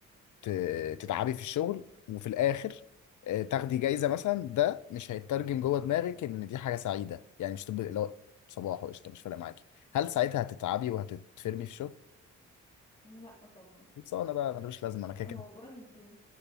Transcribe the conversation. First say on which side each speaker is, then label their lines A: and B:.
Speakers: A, on the left; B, on the left.
A: ت- تتعبي في الشغل وفي الاخر آه، تاخدي جايزه مثلا ده مش هيترجم جوه دماغك ان دي حاجه سعيده يعني مش تبقى لو صباح وقشطه مش فارق معاكي هل ساعتها هتتعبي وهتتفرمي في شغل
B: لا طبعا
A: خلصانه بقى ملوش لازمه انا كده
B: هو
A: كده
B: برضو